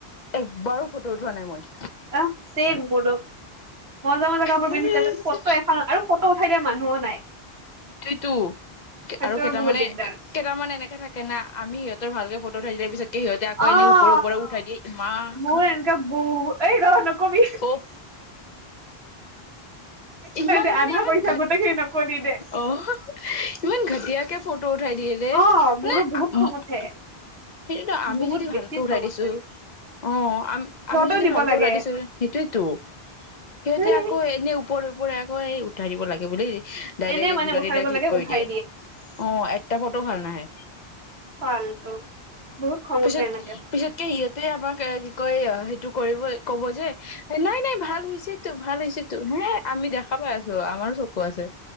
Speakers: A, on the left; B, on the right.
A: একবাৰো ফটো যোৱা নাই মই
B: অহ চেম মোৰো মজা মজা কাপোৰ
A: সেইটোৱেইটো
B: পিন্ধি যায় ফটো এখন আৰু ফটো উঠাই <inaudible> ম নাই
A: সইটোৱেটো
B: সেইটোৱে
A: আৰু কেইটামানে
B: বহুত দিগদাৰ
A: কেইটামান এনেকে থাকে না আমি সিহঁতৰ ভালকে ফটো থাকিলে পিত সিসহতে আকৌ
B: অ',
A: এনে ওপৰে ওপৰে উঠাই দিয়ে ইমান
B: মোৰ এনেকা বহু এই ৰ নকবি
A: অ <unintelligible>
B: একো
A: ইমান
B: নাই দে
A: মানে
B: আধা
A: ইমান
B: কৈছা
A: ঘ
B: গোটেইখিনি নকলি দে।
A: অ <inaudible> ইমান ঘাটিয়াকে ফটো উঠাই মানে
B: অ',
A: <unintelligible>
B: মোৰো বহুত খং উঠে
A: সেইটোতো আমি
B: বহুত
A: যদি
B: বেছি
A: ভালকে উঠাই
B: খং
A: দিছো
B: উঠে
A: অ আ
B: সিহঁতেও
A: আমি যদি
B: দিব
A: ভালকে
B: লাগে
A: উৰাই দিছো সেইটোয়তো সিহঁতে
B: ধেই
A: আকৌ এনে ওপৰ ওপৰে আকৌ এই উঠাই দিব লাগে বুল ডাইৰে্ট
B: এনে মানে
A: দুটা
B: উঠাব
A: তিনিটা ক্লিক
B: লাগে
A: কৰি
B: উঠাই
A: দিয়ে অ এটা ফটো ভাল নাহে
B: ফালটো বহুত খং
A: পিছত
B: উঠে এনেকে
A: পিছতকে ই ত আমাক কি কয় সেইটো কৰিব কব যে নাই নাই ভাল হৈছে তো ভাল হৈছে তো হে আমি দেখা পাই আছো আমাৰ চকু আছে